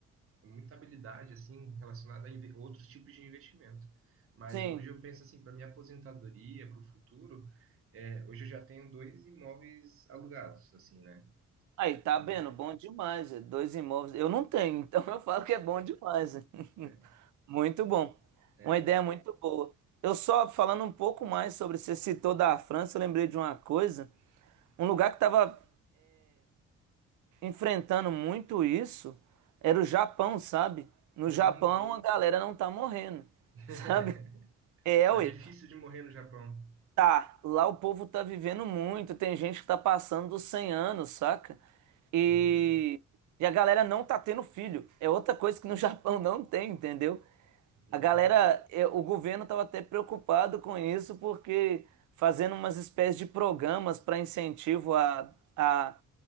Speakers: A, on the right; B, on the right.
A: muita habilidade assim relacionada a inve- outros tipos de investimento. Mas
B: Sim.
A: hoje eu penso assim, para minha aposentadoria, para o futuro, é, hoje eu já tenho dois imóveis alugados, assim, né?
B: Aí, tá
A: Então,
B: vendo? Bom demais. é. Dois imóveis. Eu não tenho, então <laughs> eu falo que é bom demais. <laughs> é.
A: é,
B: Muito bom.
A: é,
B: Uma ideia muito boa. Eu só falando um pouco mais sobre, você citou da França, eu lembrei de uma coisa. Um lugar que estava enfrentando muito isso era o Japão, sabe? No
A: hum,
B: Japão, a galera não tá morrendo, <laughs>
A: <laughs>
B: sabe? É,
A: tá
B: ué.
A: difícil de morrer no Japão.
B: Tá, lá o povo tá vivendo muito, tem gente que tá passando dos 100 anos, saca? E,
A: Uhum,
B: e a galera não tá tendo filho. É outra coisa que no <laughs> Japão não tem, entendeu?
A: uhum.
B: A galera, é, o governo tava até preocupado com isso, porque fazendo umas espécies de programas para incentivo a, a,